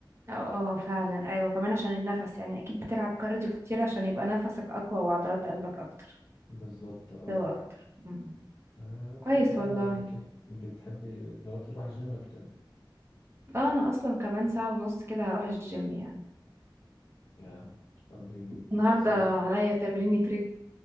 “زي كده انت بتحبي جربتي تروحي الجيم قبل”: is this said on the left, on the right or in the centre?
Left